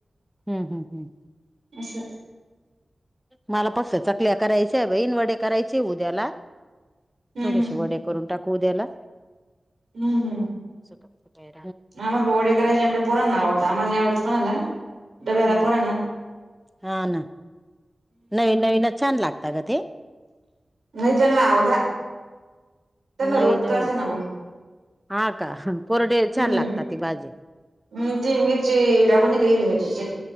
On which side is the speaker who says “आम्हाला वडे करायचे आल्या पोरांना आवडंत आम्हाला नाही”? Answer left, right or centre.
Right